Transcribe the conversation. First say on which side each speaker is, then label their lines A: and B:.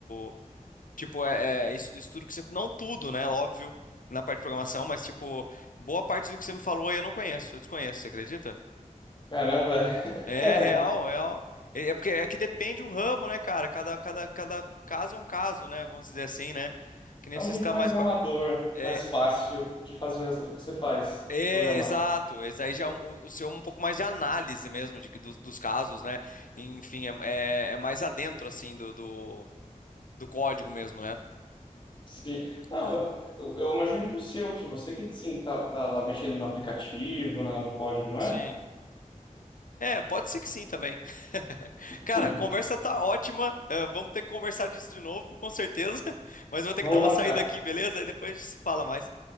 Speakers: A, on the left (about 80°); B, on the left (about 35°).
A: O- Tipo, é, é isso, isso tudo que você... Não tudo, né? Óbvio, na parte de programação, mas, tipo, boa parte do que você me falou aí eu não conheço. Eu desconheço, você acredita?
B: Caramba,
A: É
B: <laughs> é,
A: real, real. É é porque é que depende o ramo, né, cara? Cada, cada, cada caso é um caso, né? Vamos dizer assim, né? Que nem
B: é
A: você
B: um jeito
A: está
B: mais
A: mais. pa-
B: amador,
A: É,
B: mais fácil de fazer as- o que você faz,
A: é,
B: de programar.
A: exato. Esse aí já é um- o o seu é um pouco mais de análise mesmo de, que- dos, dos casos, né? Enfim, é, é, é mais adentro, assim, do, do, do código mesmo, né?
B: Sim. Não,
A: Exato.
B: eu, eu- eu imagino que o seu, que você que sim, tá, tá lá mexendo no aplicativo, na- no código, não
A: Sim.
B: é?
A: É, pode ser que sim também. <laughs>
B: <laughs>
A: Cara, a conversa tá ótima. Ah, vamos ter que conversar disso de novo, com certeza. <laughs> Mas eu vou ter
B: Vamos
A: que dar uma
B: marcar.
A: saída aqui, beleza? Aí depois a gente se fala mais.